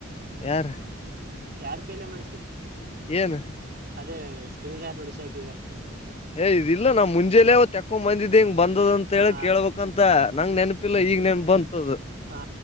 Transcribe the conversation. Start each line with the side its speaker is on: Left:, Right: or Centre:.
Left: ಯಾರ
Right: ಯಾರ್ ಕೈಲೆ ಮಾಡ್ಸಿ
Left: ಏನ್
Right: ಅದೇ ಅದೇ <unintelligible> ಬಿಸಾಕಿದಲ.
Left: ಏ ಇದ್ ಇಲ್ಲಾ ನಾ ಮುಂಜೆಲ್ಲೇ ಅವತ್ ತೆಕೊಂಬಂದಿದೆ ಹಿಂಗ್ ಬಂದದ ಅಂತ
Right: ಹಾ
Left: ಹೇಳಕ್ ಕೇಳ್ಬಕು ಅಂತ ನಂಗ್ ನೆನ್. ಇಲ್ಲ ಇಗ್ ನಾನೂಪ್ ಬಂತದು.
Right: ಹಾ.